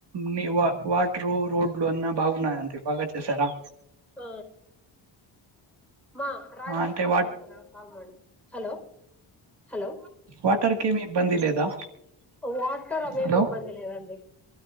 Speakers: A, on the right; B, in the centre.
A: మీ వాటరు రోడ్లు అన్నా బాగున్నాయా అండి బాగా చేసారా
B: ఆ మా రాధక
A: ఆ, అంటే
B: కాల్
A: వా
B: మడతదా కాల్ మడి హలో హలో
A: వాటర్ కి ఏమి ఇబ్బంది లేదా
B: వాటర్ అవేమి
A: హలో
B: ఇబ్బంది లేదండి